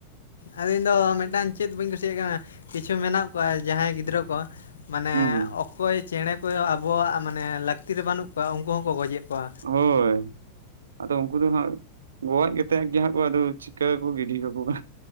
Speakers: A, on the left (about 65°); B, on the right (about 70°).
A: ᱟᱞᱤᱧ ᱫᱚ ᱢᱤᱜᱴᱟᱝ ᱪᱮᱫ ᱵᱟᱹᱧ ᱠᱩᱥᱤᱭᱟᱜ ᱠᱟᱱᱟ ᱠᱤᱪᱷᱩ ᱢᱮᱱᱟᱜ ᱠᱚᱣᱟ ᱡᱟᱦᱟᱸᱭ ᱜᱤᱫᱽᱨᱟᱹ ᱠᱚ ᱢᱟᱱᱮ
B: ᱦᱩᱸ
A: ᱚᱠᱚᱭ ᱪᱮᱬᱮ ᱠᱚ ᱟᱵᱚᱣᱟᱜ ᱢᱟᱱᱮ ᱞᱟᱹᱠᱛᱤᱨᱮ ᱵᱟᱹᱱᱩᱜ ᱠᱚᱣᱟ ᱩᱱᱠᱩ ᱦᱚᱸᱠᱚ ᱜᱚᱡᱮᱫ ᱠᱚᱣᱟ᱾
B: ᱦᱳᱭ᱾ ᱟᱫᱚ ᱩᱱᱠᱩ ᱫᱚ ᱦᱟᱸᱜ ᱜᱚᱡ ᱠᱟᱛᱮᱫ ᱜᱮ ᱦᱟᱸᱜ ᱟᱫᱚ ᱪᱤᱠᱟᱹ ᱠᱚ ᱜᱤᱰᱤ ᱠᱟᱠᱚᱣᱟ᱾